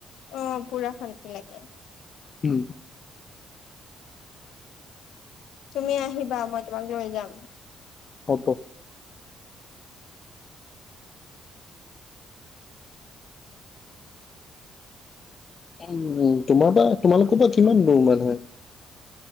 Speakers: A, on the left; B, on the left.
A: অ পুৰা শান্তি লাগে।
B: উম
A: তুমি আহিবা মই তোমাক লৈ যাম।
B: হ'ব উ উ তোমাৰ পৰা তোমালোকৰ পৰা কিমান দূৰ মান হয়?